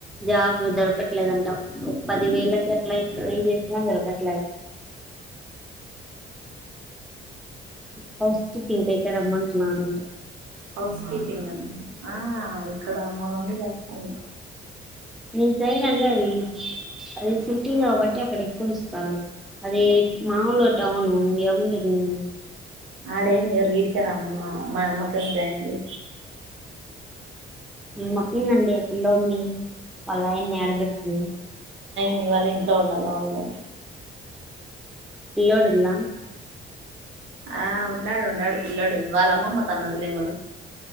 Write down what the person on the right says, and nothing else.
హౌస్ కీపింగ్ <unintelligible> ఆ ఆ ఇక్కడ మా మమ్మీ చేస్తాను
ఆడేం ఇయ్యారు ఎతికేరమ్మ మా అమ్మకు కాని జాయినింగ్ బ్రో
మీ వాళ్ళ ఇంట్లో ఉండాల వాళ్ళు
ఆ ఉండాడు ఉండాడు పిల్లోడు వాళ్ళ అమ్మమ్మ తన్నదిలే మన